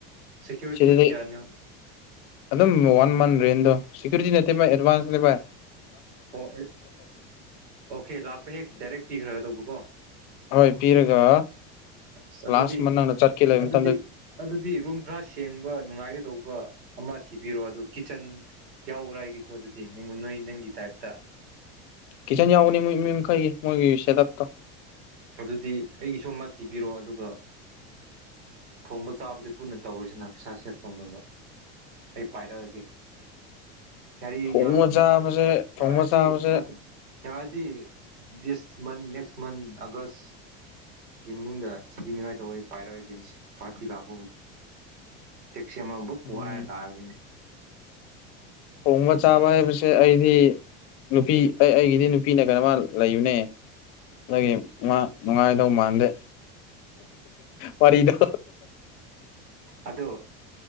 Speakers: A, on the right; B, on the left.
A: ꯁꯦꯀ꯭ꯌꯨꯔꯤꯇꯤꯗꯨ
B: ꯁꯤꯗꯤ
A: ꯀꯌꯥꯅꯣ
B: ꯑꯗꯨꯝ ꯋꯥꯟ ꯃꯟ ꯔꯦꯟꯦꯟꯗꯣ ꯁꯎꯔꯤꯤ ꯅꯇꯕ ꯑꯦꯗꯚꯥꯟꯁ ꯅꯕ
A: ꯑꯣ ꯑꯣꯀꯦ ꯂꯥꯛꯄ ꯍꯦꯛ ꯗꯥꯏꯔꯦꯛ ꯄꯤꯈ꯭ꯔꯒ ꯇꯧꯕꯀꯣ
B: ꯍꯣꯏ ꯄꯤꯔꯒ
A: ꯑꯁ ꯑꯗꯨꯗꯤ
B: ꯂꯥꯁ ꯃꯟ ꯅꯪꯅ ꯆꯠꯀꯦ ꯂꯩꯕ
A: ꯑꯗꯨꯗꯤ
B: ꯃꯇꯝꯗ
A: ꯑꯗꯨꯗꯤ ꯔꯨꯝ ꯈꯔ ꯁꯦꯡꯕ ꯅꯨꯡꯉꯥꯏꯒꯗꯧꯕ ꯑꯃ ꯊꯤꯕꯤꯔꯣꯑꯣ ꯑꯗꯨ ꯀꯤꯠꯆꯟ ꯌꯥꯎꯈ꯭ꯔꯥꯒꯤꯁꯨ ꯑꯗꯨꯗꯤ ꯅ ꯅꯣꯏ ꯅꯪꯒꯤ ꯇꯥꯏꯞꯇ
B: ꯀꯤꯆꯟ ꯌꯥꯎꯕꯅꯤ ꯃꯤ ꯈꯩꯒꯤ ꯃꯣꯏꯒꯤꯁꯦ ꯇꯞꯇ
A: ꯑꯗꯨꯗꯤ ꯑꯩꯒꯤꯁꯨ ꯑꯃ ꯊꯤꯕꯤꯔꯛꯑꯣ ꯑꯗꯨꯒ ꯊꯣꯡꯕ ꯆꯥꯕꯗꯤ ꯄꯨꯟꯅ ꯇꯧꯔꯨꯁꯤꯅ ꯄꯩꯁꯥ ꯁꯦꯞ ꯇꯧꯅꯕ ꯑꯩ ꯄꯥꯏꯔꯛꯑꯒꯦ ꯌꯥꯔꯤ
B: ꯊꯣꯡꯕ
A: ꯌꯥꯔꯗꯤ
B: ꯆꯥꯕꯁꯦ ꯊꯣꯡꯕ
A: ꯌꯥꯔꯗꯤ
B: ꯆꯥꯕꯁꯦ
A: ꯇꯥꯔꯗꯤ this month next month August ꯃꯅꯨꯡꯗ ꯊꯤꯕꯤꯅꯤꯡꯉꯥꯏ ꯇꯧꯕ ꯑꯩ ꯄꯥꯏꯔꯛꯑꯒꯦꯅꯤꯁ ꯀꯨꯍꯥꯇꯤ ꯂꯕ ꯇꯦꯛꯁꯤ ꯑꯃꯕꯨ ꯀꯣꯋꯥꯔ
B: ꯎꯝ
A: ꯂꯒꯅꯦ
B: ꯊꯣꯡꯕ ꯆꯥꯕ ꯍꯥꯏꯕꯁꯦ ꯑꯩꯗꯤ ꯅꯨꯄꯤ ꯑꯩ ꯑꯩꯒꯤꯗꯤ ꯅꯨꯄꯤꯅ ꯀꯩꯅꯣꯃ ꯂꯩꯌꯨꯅꯦ ꯑꯗꯒꯤ ꯃꯥ ꯅꯨꯡꯉꯥꯏꯗꯧ ꯃꯥꯟꯗꯦ ꯋꯥꯔꯤꯗꯣ
A: ꯑꯗꯣ